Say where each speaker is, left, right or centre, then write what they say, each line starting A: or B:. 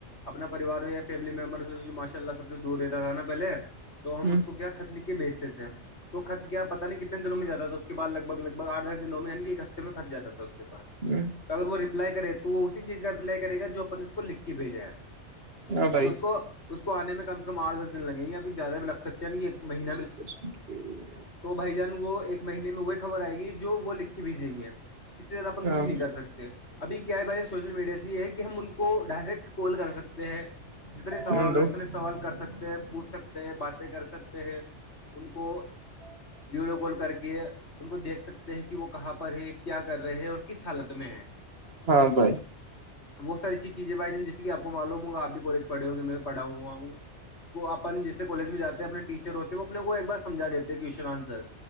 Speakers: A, on the left (about 65°); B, on the right (about 60°).
A: اپنا پریوار یا فیملی ممبر ماشاء اللہ سب سے دور رہتا تھا نا پہلے تو ہم
B: ہ
A: اس کو کیا خط ل کے بیچتے تھے تو خر کیا پہ نہیں کتنے دنوں میں جاتا تھا اس کے بع لگ بھ لگ بھ آھ دس دنوں میں یع کہ ایک ہفتے میں خرچ جاتا تھا اس کے پس
B: ج <inaudible>
A: تو اگر وہ ریپلائی کرے تو وہ اسی چیز کا رپلائی کرے گا جو اپ اس کو لکھ کے بھیجا ہے
B: ہاں بھائی
A: تو اس کو اس کو آنے میں کم سے کم آٹھ دس دن لگیں گے ابھی زیادہ بھی لگ سکتے ہیں نا ایک مہیین
B: <inaudible>
A: تو بھائی جان وہ ایک مہینے میں وہی خبر آئے گی جو وہ لکھ کے بھیجیں گے سے زیادہ اپ
B: ہاں
A: کچھ نہیں کر سکتے اب کیا آئی بات سوشل میڈیا سے یہ ہے کہ ہم ان کے کو ڈائریکٹ کال کر سکتے ہیں جتنے سوال
B: ہاں
A: ہو اتنے سوال کر سکتے ہیں پوچھ سکتے ہیں باتیں کر سکتے ہیں ان کو ویڈیو کال کر کے ان کو دیکھ سکتے ہیں کہ وہ کہاں پر ہے کیا کر رہے ہیں اور کس حالت میں ہے
B: ہاں بھائی
A: بہت ساری چیز چیزیں بھائی ج جیسے کہ آپ کو معلوم ہوگا آپ بھی کالج پڑے ہوں گے میں پڑھا ہوں ہوں کو اپن جس کالج میں جاتے ہیں اپنے ٹیچر ہوتے وہ اپنے کو ایک بار سجھا دیتے ہیں کوشچن آنسر